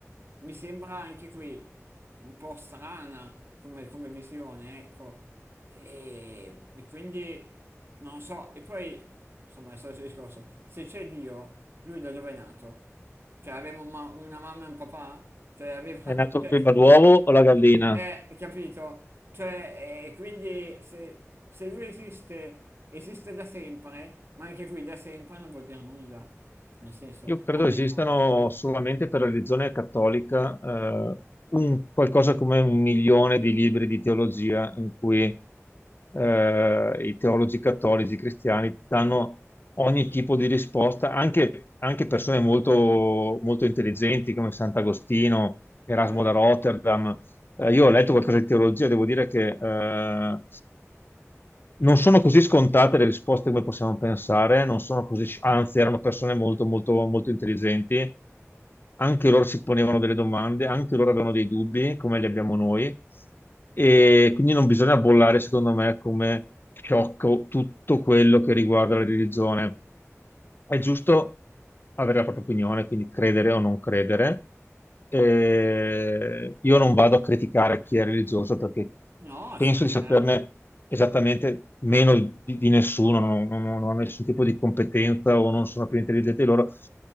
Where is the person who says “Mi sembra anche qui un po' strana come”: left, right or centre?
Right